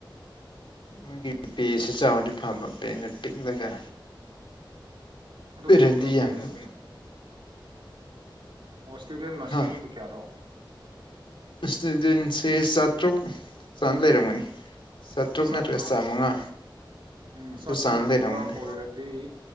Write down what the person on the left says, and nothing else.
ꯃꯣꯏꯒꯤ ꯄꯦꯁꯤ ꯆꯥꯎꯔꯗꯤ ꯐꯕ ꯄꯦꯅ ꯄꯤꯛꯂꯒ
ꯄꯦꯔꯗꯤ
ꯌꯥꯝꯅ
ꯍꯥ
ꯏꯁꯇꯨꯗꯦꯟꯁꯦ ꯆꯥꯇ꯭ꯔꯨꯛ ꯆꯥꯡ ꯂꯩꯔꯝꯒꯅꯤ
ꯅꯠꯇ꯭ꯔꯒ ꯆꯥꯃꯉꯥ
ꯑꯗꯨ
ꯆꯥꯡ ꯂꯩꯔꯝꯒꯅꯤ